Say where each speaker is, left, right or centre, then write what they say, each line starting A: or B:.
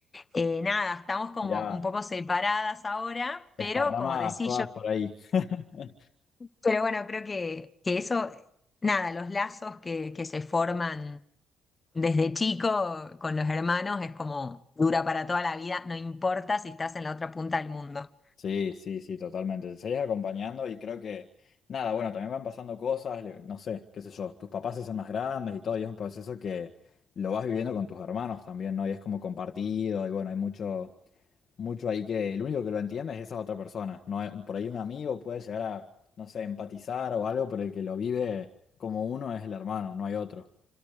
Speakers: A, on the left (about 25°); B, on the left (about 55°).
A: eh, nada, estamos como
B: mirá.
A: un poco separadas ahora,
B: Desparramadas
A: pero como decís
B: todas
A: yo,
B: por ahí. <laughs>
A: pero bueno, creo que, que eso, nada, los lazos que, que se forman desde chico, con los hermanos, es como dura para toda la vida, no importa si estás en la otra punta del mundo.
B: Sí, sí, sí, totalmente. Te seguís acompañando y creo que, nada, bueno, también van pasando cosas, le- no sé, qué sé yo, tus papás se hacen más grandes y todo, y es un proceso que lo vas viviendo con tus hermanos también, ¿no? Y es como compartido, y bueno, hay mucho, mucho ahí que el único que lo entiende es esa otra persona, ¿no? hay- Por ahí un amigo puede llegar a, no sé, empatizar o algo, pero el que lo vive como uno es el hermano, no hay otro.